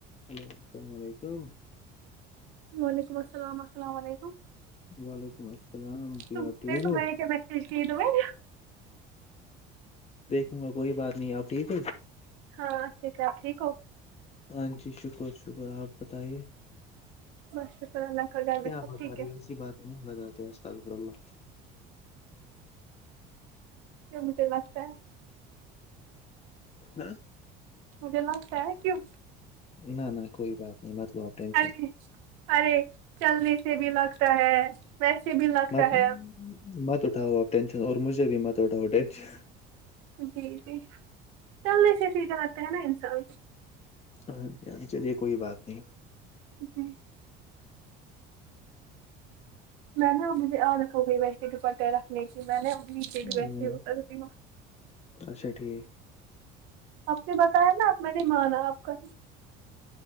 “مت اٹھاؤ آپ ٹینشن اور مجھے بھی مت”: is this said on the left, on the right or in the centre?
Left